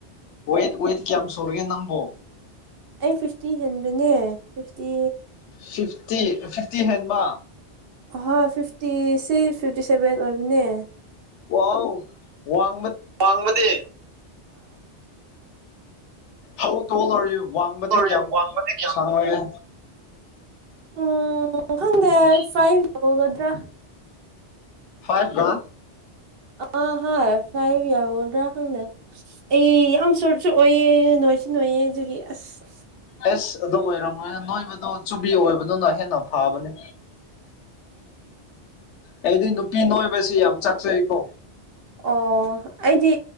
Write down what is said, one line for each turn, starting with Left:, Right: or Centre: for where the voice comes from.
Left: ꯑꯣꯏꯌꯦꯠ ꯑꯣꯏꯠ ꯀ ꯁꯔꯒ ꯅꯪꯕꯣ
Right: ꯑꯩ ꯐꯤꯐꯇꯤ ꯍꯦꯟꯕꯅꯦ ꯐꯤꯐꯇꯤ
Left: ꯐꯤꯐꯇꯤ ꯐꯤꯐꯇꯤ ꯍꯦꯟꯕ
Right: ꯑꯍꯣꯏ ꯐꯤꯐꯇꯤꯁꯦ ꯐꯤꯐꯇꯤ ꯁꯦꯚꯦꯟ ꯑꯣꯏꯕꯅꯦ
Left: ꯑ ꯋꯥ
Right: ꯋꯥꯡꯃꯗꯤ
Left: ꯍꯧꯥꯎ ꯇꯣꯂꯔꯨ ꯋꯥꯡꯕꯗꯤ
Right: ꯁꯣꯔꯤ
Left: ꯀꯌꯥꯝ
Right: ꯋꯥꯡꯕꯗꯤ ꯀꯌꯥꯝ
Left: ꯁꯥꯡꯉꯣꯏꯒꯦ
Right: ꯎꯝ ꯈꯪꯗꯦ ꯐꯥꯏ ꯂꯧꯒꯗ꯭ꯔꯥ
Left: ꯐꯥꯏꯚ
Right: ꯑ ꯍꯥꯥ ꯐꯥꯏꯕꯤ ꯌꯥ ꯍ ꯈꯪꯗꯦ ꯑꯩ ꯌꯥꯝ ꯁꯣꯔꯁꯨ ꯑꯣꯏꯌꯦ ꯅꯣꯏꯁꯨ ꯅꯣꯏꯌꯦ ꯑꯗꯨꯒꯤ ꯑꯁ
Left: ꯑꯦꯁ ꯑꯗꯨ ꯑꯣꯏꯔꯝꯃꯣꯏꯅ ꯅꯣꯏꯕꯗꯣ ꯆꯨꯕꯤ ꯑꯣꯏꯕꯗꯨꯅ ꯍꯦꯟꯅ ꯐꯕꯅꯦ ꯑꯩꯗꯤ ꯅꯨꯄꯤ ꯅꯣꯏꯕꯁꯤ ꯌꯥꯝ ꯆꯥꯛꯆꯩꯀꯣ
Right: ꯑꯣ ꯑꯩꯗꯤ